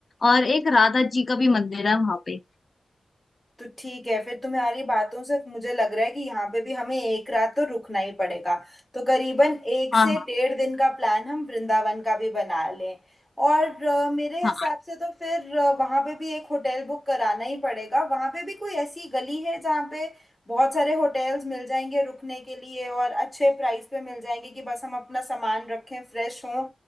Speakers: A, on the left; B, in the centre.
A: और एक राधा जी का भी मंदिर है वहां पे
B: तो ठीक है फिर तुम्हारी बातों से मुझे लग रहा है कि यहाँ पे भी हमें एक रात तो रुकना ही पड़ेगा तो करीबन एक
A: हाँ
B: से
A: हाँ
B: डेढ़ दिन का प्लान हम वृंदावन का भी बना लें और अ, मेरे
A: हाँ।
B: हिसाब से तो फिर अ, वहाँ पे भी एक होटल बुक कराना ही पड़ेगा वहाँ पे भी कोई ऐसी गली है जहाँ पे बहुत सारे होटल्स मिल जाएंगे रुकने के लिए और अच्छे प्राइस पे मिल जाएंगे कि बस हम अपना सामान रखें फ्रेश हों